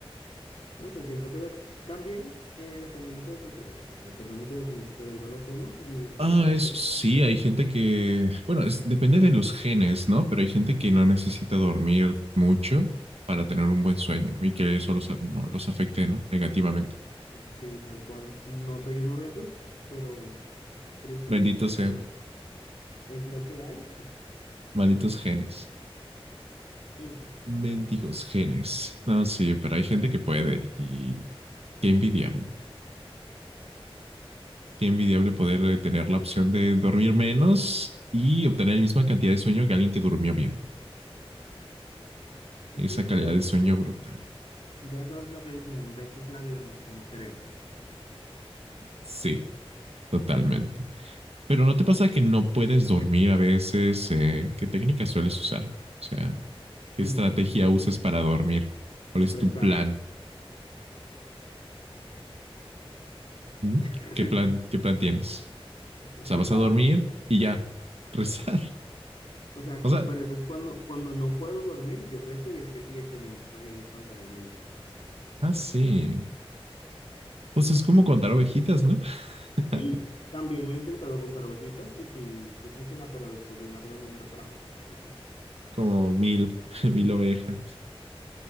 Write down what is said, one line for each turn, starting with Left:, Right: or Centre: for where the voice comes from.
Left: No sé, siento que de- también eh, depende mucho de tu cerebro, o sea, depende mucho de cómo tu cerebro lo toma y de qué
Right: Ah,
Left: tanto
Right: eso
Left: te...
Right: sí,
Left: Pero,
Right: hay gente que, bueno, es- depende de los genes, ¿no? Pero hay gente que no necesita dormir mucho para tener un buen sueño y que eso los, no, los afecte, ¿no? Negativamente.
Left: sí, tal cual. No soy uno de esos, pero tristemente,
Right: Benditos
Left: pero
Right: sean,
Left: es lo que hay
Right: malditos genes.
Left: y nada.
Right: Mendigos genes. No, sí, pero hay gente que puede y qué envidiable. Qué envidiable poder eh, tener la opción de dormir menos y obtener la misma cantidad de sueño que alguien que durmió bien.
Left: Pues
Right: Esa
Left: sí, pero
Right: calidad de sueño brutal.
Left: ya sabes lo que dicen, en veces la vida no es como queremos.
Right: Sí, totalmente. Pero ¿no te pasa que no puedes dormir a veces? eh? ¿Qué técnica sueles usar? O sea, ¿qué
Left: <laughs>
Right: estrategia usas para dormir? ¿Cuál es
Left: Rezar,
Right: tu plan? ¿Mm?
Left: <laughs>
Right: ¿Qué plan, qué plan tienes?
Left: rezar.
Right: O sea, vas a dormir y ya, <laughs> rezar.
Left: O sea,
Right: O sea,
Left: pero eso es cuando, cuando no puedo dormir, yo rezo y el, se- y el sueño me viene instantáneamente.
Right: ah, sí. Pues es como contar ovejitas, ¿no? <laughs>
Left: Sí, también he intentado contar ovejitas y sí, sí funciona, pero después de un largo número para mí. Entonces,
Right: Como mil, <laughs> mil ovejas.